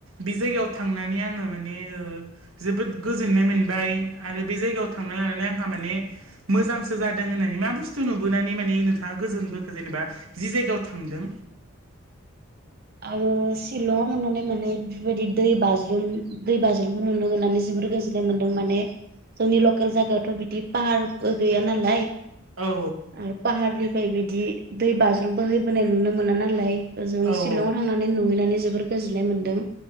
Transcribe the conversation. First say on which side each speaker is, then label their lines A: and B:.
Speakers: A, on the right; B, on the right.
A: बे जायगायाव थांनानै आङो म माने ओ जोबोद गोजोननाय मोनबाय आरो बे जायगायाव थांना लानानै आंहा माने मोजांसो जादों होननानै मा बुस्थु नुबोनानै नोंथाङा गोजोन बोखो जेनेबा जि जायगायाव थांदों।
B: आङो शिलंआव थांनानै माने बेबायदि दै बाज्रुम दै बाज्रुमखौ नुनो मोननानै जोबोर गो जोननाय मोनदों माने जोंनि लकेल जायगायावथ' बिदि पाहार बो गैया नालाय
A: औ
B: आरो फाहारनिफ्राय बिदि दै बाज्रुमबो हैबोनाय नुनो मोना नालाय जों
A: औ
B: शिलंआव थांनानै नुहैनानै जोबोर गोजोननाय मोन्दों।